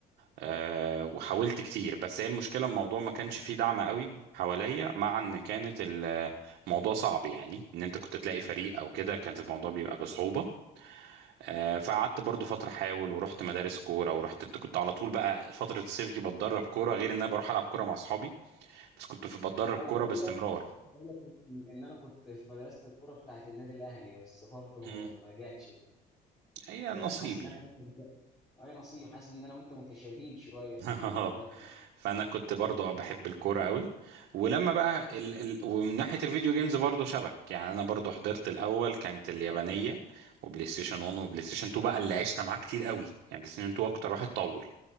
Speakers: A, on the right; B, on the left.
A: آه، وحاولت كتير بس هي المشكلة الموضوع ما كانش فيه دعم قوي حواليا مع ان كانت الموضوع صعب يعني ان انت كنت تلاقي فريق او كده كانت الموضوع بيبقى بصعوبة آه، فقعدت برضو فترة احاول ورحت مدارس كورة ورحت كنت على طول بقى فترة الصيف دي بتدرب كورة غير ان انا بروح العب كورة مع اصحابي بس كنت في بتدرب
B: عايز
A: كورة
B: اقول
A: باستمرار
B: لك عايز أقول لك ان إن انا كنت في مدرسه الكوره بتاعت النادي الاهلي بس برضه
A: مم.
B: ما جاتش
A: هي
B: فحاسس
A: نصيب
B: ان
A: يعني
B: انا وانت اي نصيب حاسس ان انا وانت متشابهين شويه في
A: <laughs>
B: فكره هواياتنا
A: فانا كنت برضو آه، بحب الكوره قوي ولما بقى ال... ال... ومن ناحيه الفيديو جيمز برضو شبهك يعني انا برضو حضرت الاول كانت اليابانيه وبلاي ستيشن 1 وبلاي ستيشن 2 بقى اللي عشنا معاه كتير قوي يعني بلاي ستيشن 2 اكتر واحد طول